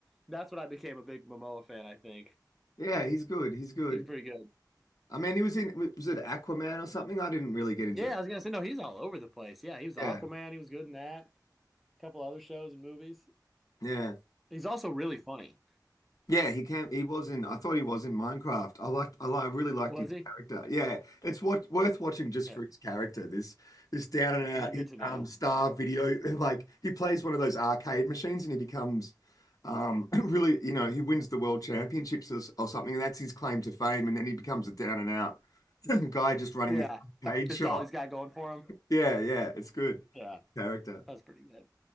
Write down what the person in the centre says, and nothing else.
that's what I became a big Momoa fan, I think.
He's pretty good.
Yeah,
I was gonna say, no, he's all over the place. Yeah, he was Aquaman,
he was good in that. A couple other shows and movies.
He's also really funny.
Was
he?
Yeah.
This
is good
to know.
Yeah.
That's
just
all he's got going for him.
Yeah.
That's pretty good.